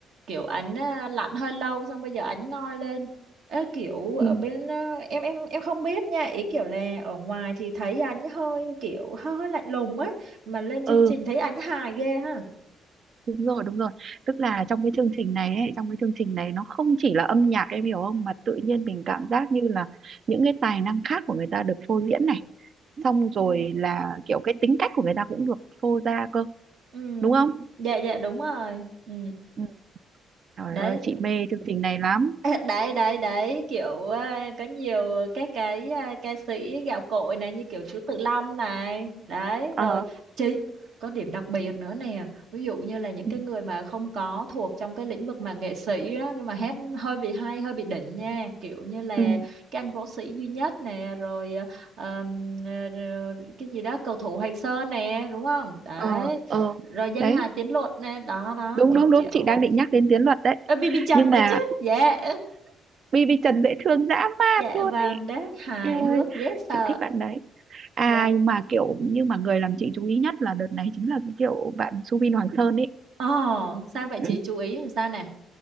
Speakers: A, on the right; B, on the right.
A: kiểu ảnh à, lạnh hơi lâu xong bây giờ ảnh ngoi lên Ê, kiểu ở
B: Ừ.
A: bên à, em em em không biết nha ý kiểu là ở ngoài thì thấy ảnh hơi kiểu hơi, hơi lạnh lùng ấy mà lên chương
B: ừ
A: trình thấy ảnh hài ghê ha
B: đúng rồi đúng rồi tức là trong cái chương trình này ấy, trong cái chương trình này nó không chỉ là âm nhạc em hiểu không mà tự nhiên mình cảm giác như là những cái tài năng khác của người ta được phô diễn này xong rồi
A: Ừ.
B: là kiểu cái tính cách của người ta cũng được phô ra cơ
A: ừ
B: đúng không
A: dạ dạ đúng rồi ừ
B: ừ. Trời
A: đấy
B: ơi chị mê chương trình này lắm
A: À, đấy đấy đấy kiểu à, có nhiều các cái à, ca sĩ gạo cội này như kiểu Chú Tự Long này đấy
B: ờ
A: rồi chị có điểm đặc biệt nữa nè ví dụ như là những
B: ừ
A: cái người mà không có thuộc trong cái lĩnh vực mà nghệ sĩ á, nhưng mà hát hơi bị hay hơi bị đỉnh nha kiểu như là
B: ừ,
A: cái anh võ sĩ duy nhất nè rồi à, ờm, à, rồi cái gì đó cầu thủ Hoàng Sơn nè đúng không đấy
B: ờ ờ
A: rồi danh
B: đấy
A: hài Tiến Luật nè đó đó
B: đúng
A: kiểu
B: đúng đúng
A: kiểu
B: chị đang
A: vậy
B: định nhắc đến Tiến Luật đấy
A: Ơ, BB Trần
B: nhưng mà
A: nữa chứ dạ
B: BB Trần dễ thương dã man
A: Dạ
B: luôn
A: vâng,
B: ấy
A: đấy, hài
B: Eo ơi
A: hước, dễ sợ.
B: chị thích bạn đấy ai
A: Dạ.
B: mà kiểu nhưng mà người làm chị chú ý nhất là đợt này chính là cái kiểu bạn Subin Hoàng Sơn ấy
A: Ồ, sao vậy
B: ừ.
A: chị chú ý làm sao nè?